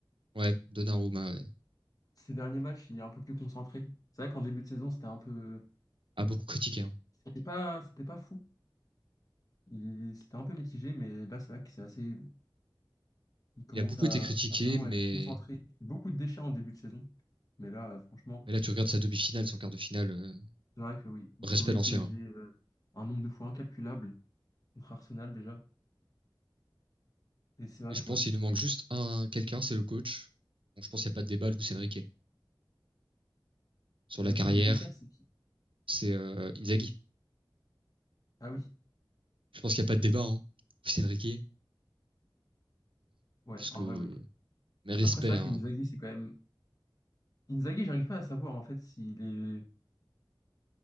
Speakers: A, on the right; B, on the left.
A: Ouais, Donnarumma ouais.
B: Ces derniers matchs, il est un peu plus concentré. C'est vrai qu'en début de saison, c'était un peu.
A: a beaucoup critiqué. hein.
B: C'était pas, c'était pas fou. Il... C'était un peu mitigé, mais là, c'est vrai que c'est assez. Il commence
A: Il a beaucoup
B: à,
A: été critiqué,
B: à vraiment
A: mais,
B: être concentré. Beaucoup de déchets en début de saison. Mais là, euh, franchement,
A: mais là tu regardes sa demi-finale, son quart de finale, euh,
B: c'est vrai que oui, il
A: respect
B: sauve le
A: l'ancien.
B: PSG
A: hein.
B: euh, un nombre de fois incalculable contre Arsenal déjà. Et c'est vrai
A: Et je
B: que
A: pense
B: ouais.
A: qu'il nous manque juste un quelqu'un, c'est le coach. Bon, je pense qu'il n'y a pas de débat, Luis Enrique. Sur
B: Le
A: la carrière,
B: coach de l'Inter, c'est qui?
A: c'est euh, Inzaghi.
B: Ah oui,
A: Je pense qu'il n'y a pas de débat, hein. Luis Enrique,
B: ouais,
A: parce que
B: en vrai, oui.
A: mais respect.
B: Après, c'est vrai
A: hein.
B: que Inzaghi, c'est quand même Inzaghi, j'arrive pas à savoir en fait s'il est.